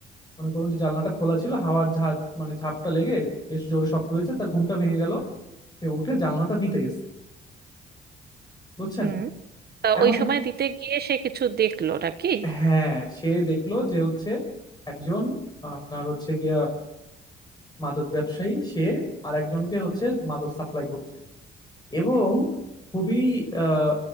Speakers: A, on the left (about 20°); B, on the right (about 55°).
A: মনে করুন যে জানলাটা খোলা ছিল হাওয়ার ঝাঁজ মানে ঝাপটা লেগে বেশ জোরে শব্দ হয়েছে তার ঘুমটা ভেঙে গেল সে উঠে জানলাটা দিতে গেছে বুঝছেন
B: হুম তা
A: এমন
B: ওই সময় দিতে গিয়ে সে কিছু দেখলো নাকি
A: হ্যাঁ সে দেখলো যে হচ্ছে একজন আপনার হচ্ছে গিয়া মাদক ব্যবসায়ী সে আর একজনকে হচ্ছে মাদক সাপ্লাই করছে এবং খুবই আহ,